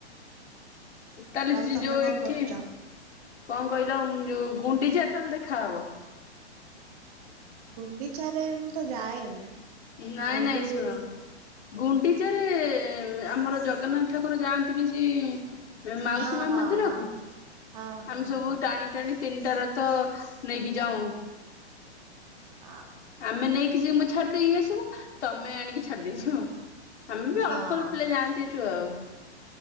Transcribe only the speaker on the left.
ତାଏଲେ
ଯ-ଯୋଉ
ଏଠି
କଁ କହିଲ ଯୋଉ ଗୁଣ୍ଡିଚାରେ ‌। ତାଏଲେ ଦେଖାହବ।
ନାଇଁ
ନାଇଁ
ଶୁଣ। ଗୁଣ୍ଡିଚାରେ ଆମର ଜଗନ୍ନାଥ ଠାକୁର ଯାଆନ୍ତି ନି କି । ଏ ମାଉସୀ
ମା
ମନ୍ଦିର
କୁ
ଆମେ ସବୁ
ଟାଣି ଟାଣି ତିନିଟା ରଥ ନେଇକି ଯାଉଁ।
ଆମେ ନେଇକି ଯିବୁ ଛାଡି ଦେଇକି ଆସିବୁ। ତୋମେ ଆଣିକି ଛାଡି ଦେଇଯିବ। ଆମେ ବି ଅଳ୍ପ
ଅ- ପିଲା ଯାଆନ୍ତି ଏଠୁ ଆଉ।